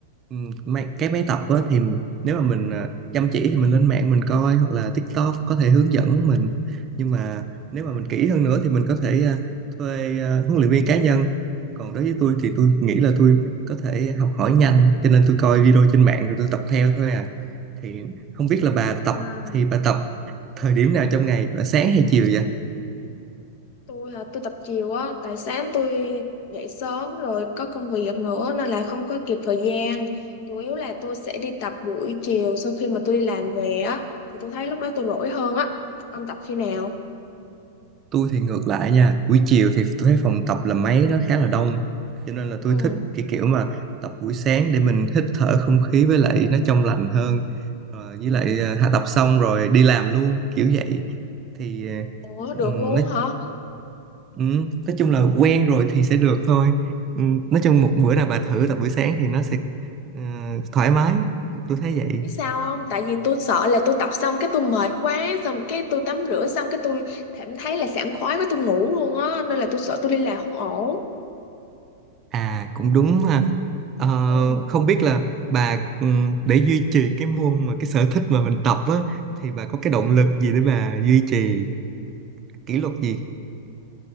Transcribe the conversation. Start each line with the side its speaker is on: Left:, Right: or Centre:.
Right: ừm, máy, cái máy tập á, thì nếu mà mình ờ, chăm chỉ thì mình lên mạng mình coi hoặc là TikTok có thể hướng dẫn mình nhưng mà nếu mà mình kỹ hơn nữa thì mình có thể ờ, thuê ờ, huấn luyện viên cá nhân còn đối với tôi thì tôi nghĩ là tôi có thể học hỏi nhanh cho nên tôi coi video trên mạng rồi tôi tập theo thôi à thì không biết là bà tập
Left: À,
Right: thì bà tập thời điểm nào trong ngày bà sáng hay chiều vậy
Left: tôi hả, tôi tập chiều á, tại sáng tôi dậy sớm rồi có công việc nữa nên là không có kịp thời gian. Chủ yếu là tôi sẽ đi tập buổi chiều sau khi mà tôi đi làm về á, thì tôi thấy lúc đó tôi rỗi hơn á. Ông tập khi nào?
Right: tôi thì ngược lại nha buổi chiều thì tôi thấy phòng tập là máy nó khá là đông cho nên là
Left: Ừ.
Right: tôi thích cái kiểu mà tập buổi sáng để mình hít thở không khí với lại nó trong lành hơn Ờ, với
Left: Ừ.
Right: lại ờ, hạ tập xong rồi đi làm luôn kiểu vậy thì ờ,
Left: Ủa, được
Right: ừm,
Left: luôn
Right: nói
Left: hả?
Right: ừm, nói chung là quen rồi thì sẽ được thôi Ừm, nói chung một bữa nào bà thử tập buổi sáng thì nó sẽ ờ, thoải mái tôi thấy vậy
Left: biết sao không tại vì tôi sợ là tôi tập xong cái tôi mệt quá xong cái tôi tắm rửa xong cái tôi cảm thấy là sảng khoái quá tôi ngủ luôn á nên là tôi sợ tôi đi làm không ổn
Right: À cũng đúng ha. Ờ,
Left: ừ.
Right: không biết là bà ừm, để duy trì cái môn mà cái sở thích mà mình tập á thì bà có cái động lực gì để bà duy trì kỷ luật gì?